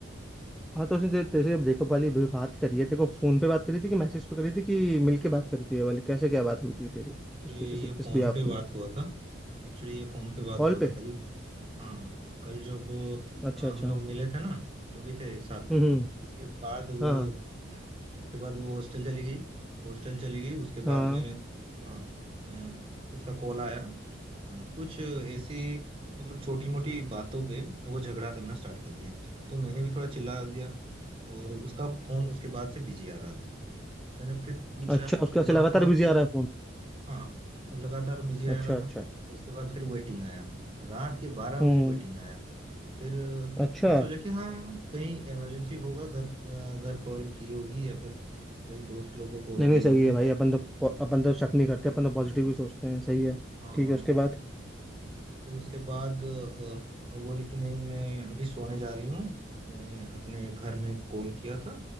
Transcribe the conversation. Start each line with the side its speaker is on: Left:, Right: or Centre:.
Centre: हाँ तो उसने तेरे तेरे से ब्रेकअप वाली भी बात करी है तेरे को फोन पे बात करी थी कि मैसेज पे करी थी कि मिल के बात करी थी ये वाली कैसे क्या बात हुई थी तेरी
Right: ये
Centre: उसके
Right: ये
Centre: इस, इस
Right: फोन
Centre: बिहाफ
Right: पे बात
Centre: में
Right: हुआ था एक्चुअली ये फोन पे बात
Centre: कॉल
Right: हुआ था
Centre: पे
Right: कल हाँ कल जब
Centre: अच्छा
Right: अ, हम
Centre: अच्छा
Right: लोग मिले थे ना तुम भी थे साथ में
Centre: हम्म हम्म,
Right: उसके बाद वो
Centre: हाँ
Right: उसके बाद वो हॉस्टल चली गई हॉस्टल चली गई उसके
Centre: हाँ
Right: बाद मैंने
Centre: हाँ।
Right: हाँ अ, उसका कॉल आया हाँ, कुछ ऐसी मतलब छोटी मोटी बातों पे वो झगड़ा करना स्टार्ट कर दिया तो मैंने भी थोड़ा चिल्ला दिया और उसका फोन उसके बाद से बिजी आ रहा था तो मैंने फिर पूछा
Centre: अच्छा उसके
Right: कि तुम्हारा
Centre: ऐसे लगातार
Right: फोन
Centre: बिजी
Right: क्यों
Centre: आ रहा है फोन
Right: हाँ लगातार बिजी आ
Centre: अच्छा
Right: रहा
Centre: अच्छा
Right: था उसके बाद फिर वेटिंग आया रात के बारह बजे
Centre: हम्म
Right: वेटिंग आया फिर अ,
Centre: अच्छा
Right: मैं सोचा कि हाँ कहीं इमरजेंसी होगा घर अ, घर कॉल की होगी या फिर कई दोस्त लोग को कॉल
Centre: नहीं
Right: की
Centre: नहीं सही
Right: होगी
Centre: है भाई अपन तो अपन तो शक नहीं करते अपन तो पॉजिटिव ही सोचते हैं सही है
Right: हाँ
Centre: ठीक है उसके बाद
Right: फिर उसके बाद अ, वो लिखी नहीं मैं अभी सोने जा रही हूँ मैं अपने घर में कॉल किया था